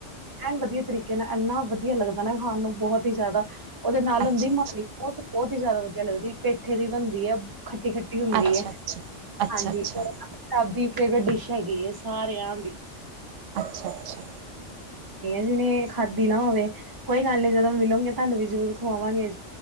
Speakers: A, on the right (about 20°); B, on the right (about 80°).
A: ਐਨ ਵਧੀਆ ਤਰੀਕੇ ਨਾਲ ਇੰਨਾ ਵਧੀਆ ਲੱਗਦਾ ਨਾ ਖਾਣ ਨੂੰ ਬਹੁਤ ਹੀ ਜ਼ਿਆਦਾ ਓਦੇ ਨਾਲ
B: ਅੱਛਾ
A: ਹੁੰਦੀ ਮਾੜੀ। ਉਹ ਬਹੁਤ ਹੀ ਜ਼ਿਆਦਾ ਵਧੀਆ ਲੱਗਦੀ ਪੇਠੇ ਦੀ ਬਣਦੀ ਐ। ਖੱਟੀ-ਖੱਟੀ ਹੁੰਦੀ
B: ਅੱਛਾ
A: ਹੈ।
B: ਅੱਛਾ ਅੱਛਾ
A: ਹਾਂਜੀ
B: ਅੱਛਾ ਅੱਛਾ
A: ਉਹ ਸਭ ਦੀ ਫੇਵਰੇਟ ਡਿਸ਼ ਹੈਗੀ ਏ ਸਾਰਿਆਂ ਦੀ।
B: ਅੱਛਾ-ਅੱਛਾ
A: ਜੀਨੇ ਖਾਦੀ ਨਾ ਹੋਵੇ ਕੋਈ ਗੱਲ ਨੀ ਜਦੋਂ ਮੀਲੋਗੇ ਤੁਹਾਨੂੰ ਜਰੂਰ ਖਵਾਵਾਗੇ।